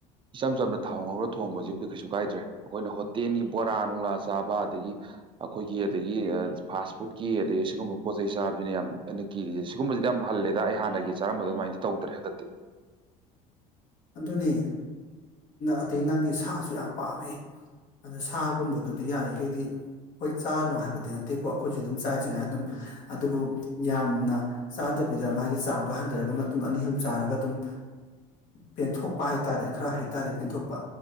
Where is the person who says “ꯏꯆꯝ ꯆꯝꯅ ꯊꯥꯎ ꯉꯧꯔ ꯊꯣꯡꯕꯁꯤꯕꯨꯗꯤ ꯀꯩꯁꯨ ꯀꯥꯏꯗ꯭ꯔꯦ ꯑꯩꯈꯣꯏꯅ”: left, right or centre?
Right